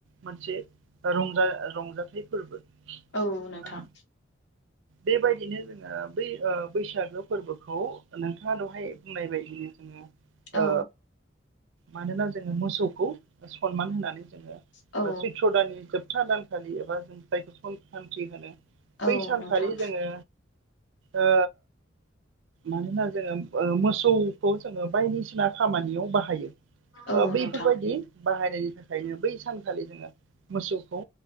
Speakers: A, on the right (about 70°); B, on the left (about 65°).
A: मोनसे रंजा रंजाथाइ फोरबो
B: औ नोंथां।
A: आं बेबायदिनो जोङो बै बैसागु फोरबोखौ नोंथाङा दहाय बुंनाय बायदिनो जोङो
B: औ
A: ओ मानोना जोङो मोसौखौ सनमान होनानै जोङो
B: औ
A: ओ सैथ्र दानि जोब सपथा दानखालि एबा जों जायखौ संख्रान्थि होनो
B: औ
A: बै सानखालि
B: नोंथां
A: जोङो ओ मानोना जोङो ओ मोसौखौ जोङो बायदिसिना खामानियाव बाहाय बाहायो
B: औ
A: बैफोरबायदि
B: नोंथां
A: बाहायनायनि थाखायनो बै सानखालि जोङो। मोसौखौ